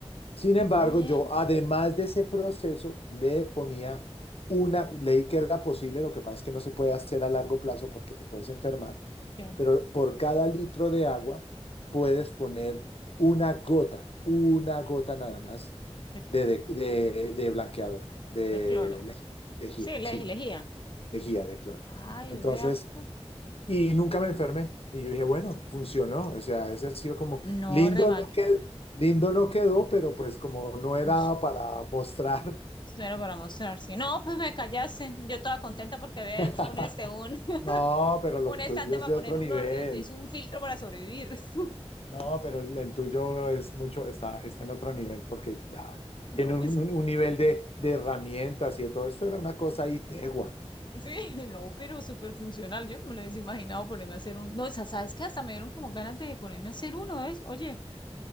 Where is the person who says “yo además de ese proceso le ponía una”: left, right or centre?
Left